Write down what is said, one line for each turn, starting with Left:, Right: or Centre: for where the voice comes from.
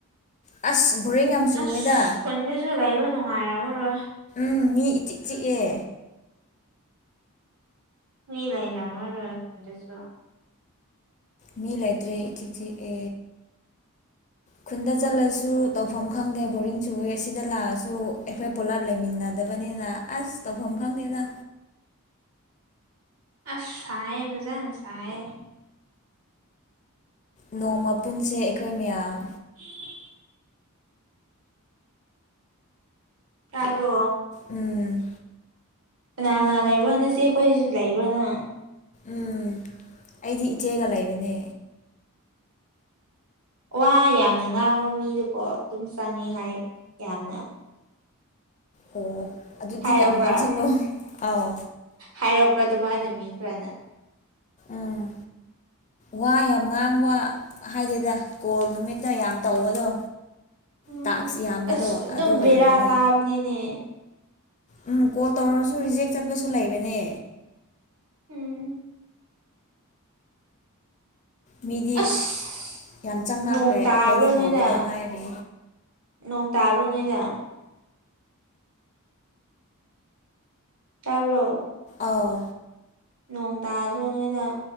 Left: ꯑꯁ ꯕꯣꯔꯤꯡ ꯌꯥꯝ ꯆꯨꯋꯦꯗ
Right: ꯑꯁ ꯈꯨꯣꯟꯗꯁꯨ ꯂꯩꯕ ꯅꯨꯡꯉꯥꯏꯔꯝꯃꯔꯣꯏ
Left: ꯎꯝ ꯃꯤ ꯏꯆꯤꯛ ꯆꯤꯛꯑꯦ
Right: ꯃꯤ ꯂꯩ ꯔꯃ ꯂ ꯈꯗꯁꯨ
Left: ꯃꯤ ꯂꯩꯇ꯭ꯔꯦ ꯏꯆꯤꯁꯤꯤ ꯈꯨꯟꯗ ꯆꯠꯂꯁꯨ ꯇꯧꯐꯝ ꯈꯪꯗꯦ ꯕꯣꯔꯤꯡ ꯆ ꯎꯏ ꯁꯤꯗ ꯂꯥꯛꯑꯁꯨ ꯑꯩꯈꯣꯏ ꯄꯨꯜꯂꯞ ꯂꯩꯃꯤꯟꯅꯗꯕꯅꯤ ꯅꯦꯗ ꯑꯁ ꯇꯧꯐꯝ ꯈꯪꯗꯦꯗ
Right: ꯑꯁ ꯁꯌꯦꯦ ꯖꯥꯦꯟ ꯆꯌꯦꯦ
Left: ꯅꯣꯡꯃꯄꯨꯟꯁꯦ ꯑꯩꯈꯣꯏ ꯃꯌꯥꯝ
Right: <unintelligible> ꯇꯥꯕꯣ
Left: ꯎꯝ
Right: ꯀꯅꯥ ꯀꯅꯥ ꯂꯩꯕ꯭ꯔꯣꯅ ꯁꯤꯦ ꯑꯩꯈꯣꯏꯁꯨ ꯂꯩꯕ꯭ꯔꯣꯅꯣ
Left: ꯎꯝ ꯑꯩꯗꯤ ꯏꯆꯦꯒ ꯂꯩꯕꯅꯦ
Right: ꯋꯥ ꯌꯥꯝꯅ ꯉꯥꯡꯕ ꯃꯤꯗꯀꯣ ꯑꯗꯨꯝ ꯆꯪꯉꯤ ꯍꯥꯏ ꯌꯥꯝꯅ
Left: ꯑꯣ ꯑꯗꯨꯗꯤ
Right: ꯍꯥꯏꯄ꯭ꯔꯥ
Left: ꯌꯥꯝ ꯉꯥꯡꯁꯜꯂꯣ ꯑꯥꯎ
Right: ꯍꯥꯏꯔꯛꯄ꯭ꯔꯥ ꯑꯗꯨꯃꯥꯏꯅ ꯃꯤ ꯈꯔꯅ
Left: ꯎꯝ ꯋꯥ ꯌꯥꯝ ꯉꯥꯡꯕ ꯍꯥꯏꯗꯦꯗ ꯀꯣꯜ ꯅꯨꯃꯤꯠꯇ ꯌꯥꯝ ꯇꯧꯕꯗꯣ
Right: ꯎꯝ
Left: ꯇꯥꯛꯁ ꯌꯥꯝꯕꯗꯣ
Right: ꯑꯁ ꯑꯗꯨꯝꯕꯕꯤꯔꯥ
Left: ꯑꯗꯨ ꯑꯣꯏꯔꯝꯒꯅꯤ
Right: ꯀꯥꯅꯤꯅꯦ
Left: ꯎꯝ ꯀꯣꯜ ꯇꯧꯔꯁꯨ ꯔꯤꯖꯦꯛ ꯆꯠꯄꯁꯨ ꯂꯩꯕꯅꯦ
Right: ꯎꯝ
Left: ꯃꯤꯗꯤ
Right: ꯑꯁ
Left: ꯌꯥꯝ ꯆꯥꯡ
Right: ꯅꯣꯡ
Left: ꯈ꯭ꯔꯦ ꯑꯩꯈꯣꯏꯗꯤ
Right: ꯇꯥꯕ꯭ꯔꯣ
Left: ꯍꯧꯕꯗ
Right: ꯅꯣꯏꯗ
Left: ꯉꯥꯏꯔꯦ
Right: ꯅꯣꯡ ꯇꯥꯕ꯭ꯔꯣ ꯅꯣꯏꯗ ꯇꯥꯕ꯭ꯔꯣ
Left: ꯑꯧ
Right: ꯅꯣꯡ ꯇꯥꯗ꯭ꯔꯣ ꯅꯣꯏꯗ